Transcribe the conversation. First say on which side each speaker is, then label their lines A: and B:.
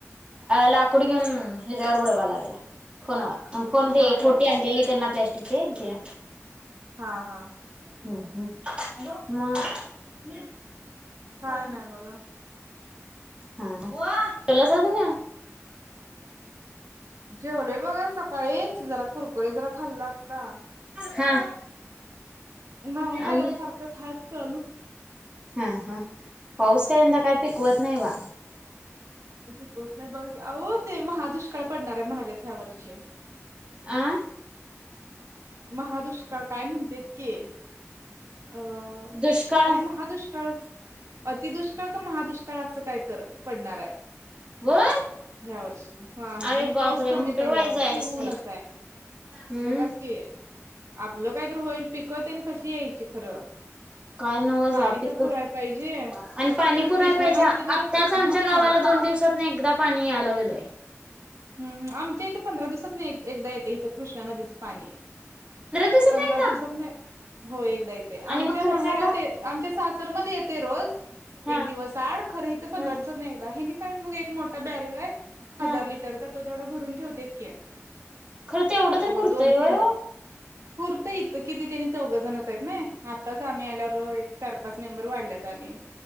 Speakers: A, on the right (about 20°); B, on the right (about 75°).
A: लाकूड घेऊन ह्याच्यावर बुडवा लागला फोन फोन ते
B: हा
A: खोटी
B: हा
A: आणलेली त्यांना प्लास्टिकचे इेत आहे.
B: हा हा.
A: हम्म हम् म
B: काय
A: ून म <unintelligible>
B: नाही बघा
A: हम! पाहिल्यासारखं ना
B: जेवलोय बघा सकाळीच जरा कुरकुरे जरा खाल्ला आता.
A: हा!
B: माहेरला
A: आणि
B: आल्यावर सारखं खायच चालूच
A: हा हा. पाऊस काय यंदा काही पिकवत नाही बा?
B: पिकवत नाही बघा की आहो ते महा दुष्काळ पडणार आहे म्हणाल्यात ह्यावर्षी
A: आं!
B: महादुष्काळ काय म्हणते त की अ
A: दुष्काळ
B: काय महा दुष्काळचं अति दुष्काळ क महादुष्काळ असं काय तर पडणार आहे.
A: होय
B: ह्या वर्षी हा हा
A: अरे
B: म्हणजे
A: बापरे
B: पाऊस कमीच
A: मग कुठं
B: आहे,
A: बाई
B: ह्या वर्षी
A: जायचं
B: ऊनच
A: ते
B: आहे.
A: हम्म!
B: बघा की आपलं काय तर होईल पिक तेन कशी यायची खरं.
A: काय नवच
B: पाणी
A: बा पिक
B: तर पुराय
A: आणि
B: पाहिजे
A: पाणी पुराय
B: कृष्णा
A: पाहिजे
B: नदीतलं तर
A: आत्ताच आमच्या
B: हा
A: गावाला दोन दिवसात ना एकदा पाणी या लागलयं.
B: हम्! हम! आमच्या इथे पंधरा दिवसातन एकदा येते इथं कृष्णा नदीचं पाणी.
A: दिवसात
B: पंधरा
A: ना एकदा
B: दिवसात नाही हो एकदा इथे आमच्या
A: आणि मग खर्च
B: माहेरात.
A: आला
B: आमच्या सा सर मध्ये येते रोज
A: हा
B: एक दिवस आड खरं इथं पंधरा
A: हा
B: दिवसात नाही एकदा हे नाही काय मग एक मोठा ब्यारेल आहे हजार
A: हा
B: लिटर तो तेवढा भरून ठेवतेत की.
A: खरं तेवढं तर
B: मग
A: पुरतं
B: दोन
A: व्हय
B: तीन
A: ओ.
B: पुरतं इथं किती त्यांनी चौघ जणच आहेत ना आताच आम्ही आल्यावर चार पाच मेंबर वाढल्यात, आणि